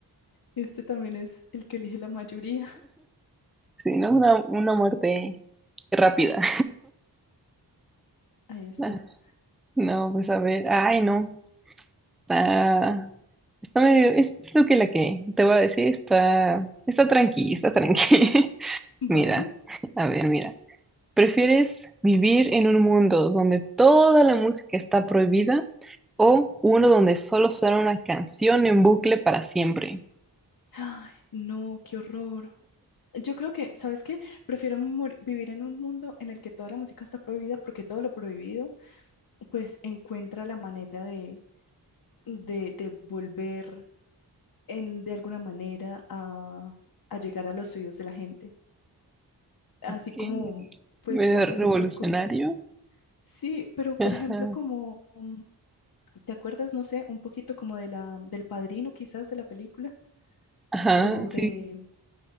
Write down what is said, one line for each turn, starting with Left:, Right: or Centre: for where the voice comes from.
Left: Este también es el que elige la mayoría.
Centre: Sí, ¿no? Una, una muerte rápida.
Left: Ahí está.
Centre: <laughs> No, pues a ver, ay, no. Está, está medio, es, es lo que la que te voy a decir, está, está tranqui, está tranqui. <laughs>
Left: Vale.
Centre: Mira, a ver, mira. ¿Prefieres vivir en un mundo donde toda la música está prohibida o uno donde solo suena una canción en bucle para siempre?
Left: Ay, no, qué horror. Yo creo que, ¿sabes qué? Prefiero mor- vivir en un mundo en el que toda la música está prohibida porque todo lo prohibido pues encuentra la manera de de, de volver en, de alguna manera a, a llegar a los oídos de la gente, así
Centre: ¿Qué?
Left: como pues
Centre: Medio
Left: tantas
Centre: revolucionario.
Left: otras cosas. Sí, pero por
Centre: Ajá,
Left: ejemplo, como, mm, ¿te acuerdas, no sé, un poquito como de la, del Padrino quizás de la película?
Centre: ajá,
Left: O de,
Centre: sí.